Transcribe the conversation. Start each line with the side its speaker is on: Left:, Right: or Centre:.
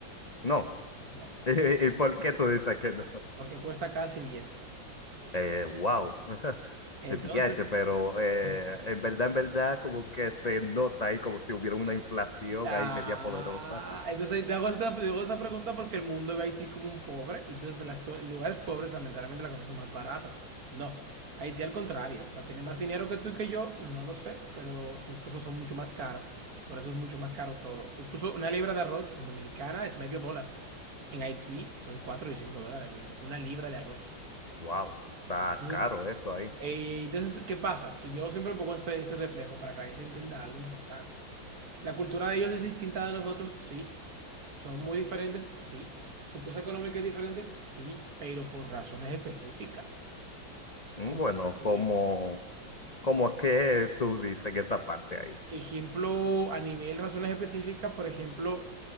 Left: No.
Right: no.
Left: <laughs> ¿Y por qué tú dices que no?
Right: Porque cuesta casi diez.
Left: Eh, wow. <laughs>
Right: Entonces,
Left: DH, pero eh,
Right: <laughs>
Left: en verdad, en verdad, como que se nota ahí como si hubiera una inflación
Right: Ah,
Left: ahí media poderosa.
Right: entonces te hago esta, te hago esa pregunta porque el mundo ve a Haití como un pobre y entonces en los lugares pobres lamentablemente las cosas son más baratas. No, Haití al contrario, o sea, tiene más dinero que tú y que yo, no lo sé, pero sus cosas son mucho más caras, por eso es mucho más caro todo. Incluso una libra de arroz en Dominicana es medio dólar, en Haití son 4 y 5 dólares, viejo, una libra de arroz.
Left: Wow, está
Right: Entonces,
Left: caro eso ahí.
Right: eh, entonces, ¿qué pasa? Que yo siempre pongo este, este reflejo para que la gente entienda algo importante. La cultura de ellos es distinta de nosotros, sí. Son muy diferentes, sí. Su cosa económica es diferente, sí, pero por razones específicas.
Left: Mm,
Right: Como,
Left: Bueno,
Right: eh,
Left: como, como que tú dices en esta parte ahí.
Right: ejemplo, a nivel razones específicas, por ejemplo,